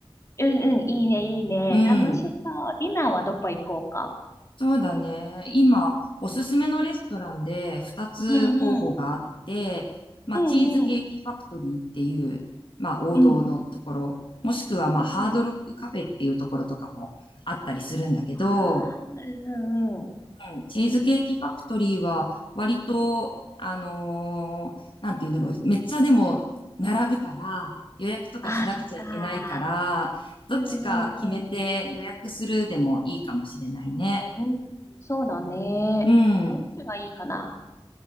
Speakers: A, on the left; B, on the left.
A: うんうん、いいね、いいね。
B: うん。
A: 楽しそう。ディナーはどこ行こうか。
B: そうだね。今、おすすめのレストランで2つ候補があって、
A: うん、うん、
B: まあ、
A: うん、
B: チーズケーキファクトリーっていう、
A: うん、
B: まあ、王道のところ、
A: うん、
B: もしくは、まあ、
A: うんうん。
B: ハードロックカフェっていうところとかもあったりするんだけど、
A: ああ、うんうん。
B: うんチーズケーキファクトリーは割と、あのーなんて言うんだろう、めっちゃでも並ぶから、予約とかしなくちゃいけないから、
A: ああ、そっか。
B: どっちか決めて予約するでもいいかもしれないね。
A: うんうんうん。うん、そうだね。
B: うん。
A: どっちがいいかな。